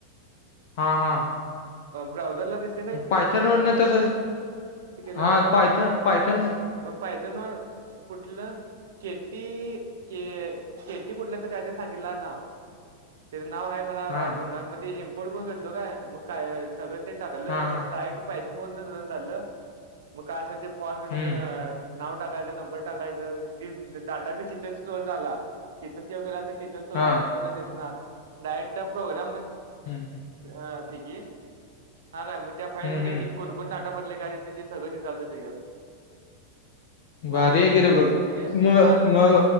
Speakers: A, on the left; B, on the right.
A: हा हा
B: ब्राऊझरला दिसत
A: पायथन वरन तसंच
B: केल्यावर
A: हा पायथन पायथन
B: मग पायथान ना कुठलं केटी के केटी कुठल्या तर काय तर सांगितलं नाव त्याच नाव आहे मला
A: हा
B: आठवण मग ते इम्पोर्ट करून घतलो काय मग काय सगळं ते टाकलं
A: हा
B: मग
A: हा
B: डायरेक्ट पायथान वरून रन झालं मग काय असेल ते फॉर्म
A: हम्म
B: नाव टाकायचं नंबर टाकायचं ती डाटा बेस इथेच स्लो झाला. तिथंच सेव करायचं तिथच तुला
A: हा
B: नंतर न दिसणार डायरेक्ट प्रोग्राम मधून
A: हम्म
B: अ हेजी काय मग त्या फाईल
A: हम्म
B: मध्ये
A: हम्म.
B: किती कोणकोण डाटा भरले काय ते सगळं दिसाल त्यात बाहेर
A: भारी
B: आलं
A: आहे की रे
B: बाहेर
A: बघ
B: सगळ म्हणजे का
A: मग
B: कळलं
A: मग
B: पण